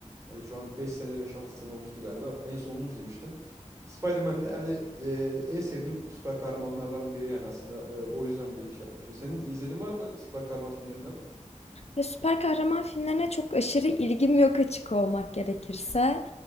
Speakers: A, on the right; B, on the left.
A: yani şu an 5 sene beş altı sene olmuştu galiba. En son onu izlemiştim. Spider-Man de hani e, en sevdiğim süper kahramanlardan biri yani aslında. E, o yüzden bir şey yapmışım. Senin izlediğin var mı süper kahraman filmlerinden?
B: Ya süper kahraman filmlerine çok aşırı ilgim yok açık olmak gerekirse.